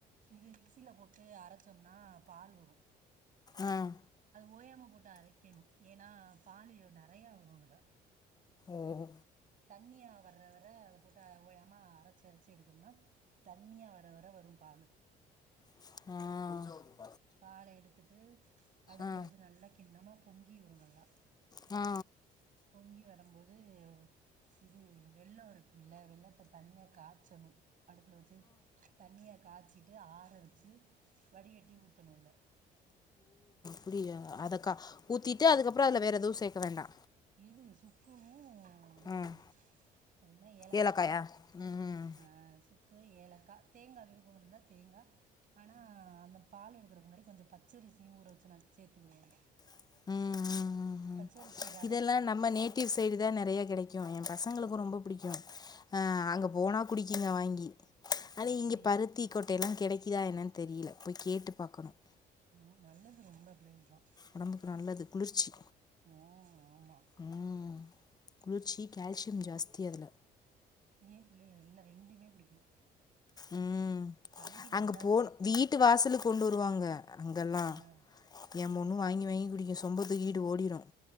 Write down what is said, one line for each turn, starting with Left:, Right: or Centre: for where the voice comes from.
Right: இது மிக்சில போட்டு அரச்சோம்னா பால் வரும்
Left: ம்
Right: ஓயாம போட்டு அரைக்கணும் ஏன்னா பாலு நெறையா வரும் அதுல
Left: ம்
Right: தண்ணியா வர வர அத போட்டு ஓயாம அரச்சி அரச்சி எடுத்தோம்னா தண்ணியா வர வர வரும் பாலு
Left: ஆ
Right: பால எடுத்துட்டு அடுப்புல
Left: ஆ
Right: வச்சி நல்லா கிண்ணமா பொங் கீ வரும் நல்லா
Left: ஆ
Right: பொங்கி வரம்போது இது வெள்ளம் இருக்குல்ல வெள்ளத்த தனியா காச்சணும் அடுப்புல வச்சி தண்ணியா காச்சிட்டு ஆற வச்சி வடிகட்டி ஊத்தணும் அதுல
Left: அப்டியா அதக்கா ஊத்திட்டு அதுக்கப்பறம் அதுல வேற எதுவும் சேக்க வேண்டா
Right: இதுல சூப் க்கும் இது
Left: ம்
Right: அது என்ன ஏலக்கா
Left: ஏலக்காயா ம் ம்
Right: ஆ சு க்கு ஏலக்கா தேங்கா விருப்பம் இருந்தா தேங்கா ஆனா அந்த பால் எடு க்கறது முன்னாடி கொஞ்சம் பச்சரிசியும் ஊர வச்சு நான் சேத்துக்குவேன் அதுல
Left: ம் ம் ம் ம்
Right: பச்சரிசி ர
Left: இதெல்லாம் நம்ம நேட்டிவ் சைடு தான் நெறையா கெடைக் கும் வாய என் பசங்களுக்கும் ரொம்ப பிடிக்கும் ஆ அங்க போனா குடிக்கிங்க வாங்கி ஆன
Right: அப்படியா
Left: இங்க பருத்தி கொட்டைலாம் கெடைக்குதா என்னான்னு தெரியல போய் கேட்டு பாக்கணும்
Right: ம் நல்லது ரொம்ப பிள்ளைகள்ல
Left: உடம்புக்கு நல்லது குளிர்ச்சி
Right: ம் ஆமாம்
Left: ம் குளிர்ச்சி கேல்சியம் ஜாஸ் தி அதுல
Right: ஏன் பிள்ளைகள் எல்லாம் ரெண்டுமே குடிக்கும்
Left: ம்
Right: தம்பி நல்லா
Left: அங்க போனு
Right: குடிப்பேன்
Left: வீட்டு வாசலுக் கொண்டு வருவாங்க அங்கெல்லாம்
Right: ஆ
Left: என்
Right: ம்
Left: பொண்ணு வாங்கி வாங்கி குடிக்க சொ சொம்ப தூக்கிட்டு ஓடிரும்